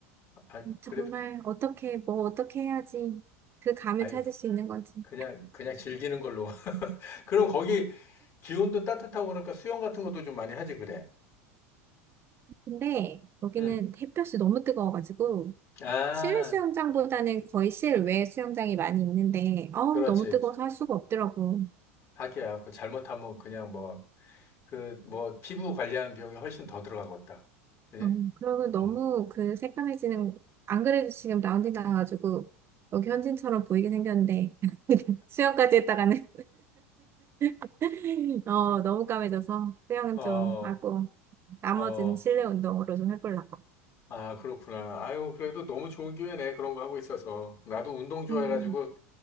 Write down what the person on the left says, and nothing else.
아,
그래도,
아유,
그냥, 그냥 즐기는 걸로. <laughs> 그럼 거기 기온도 따뜻하고 그러니까 수영 같은 것도 좀 많이 하지, 그래.
응.
아.
그렇지.
하기야. 그 잘못하면 그냥 뭐, 그, 뭐, 피부 관리하는 비용이 훨씬 더 들어가겠다. 그지?
어,
어,
어.
아, 그렇구나. 아유, 그래도 너무 좋은 기회네. 그런 거 하고 있어서. 나도 운동 좋아해가지고,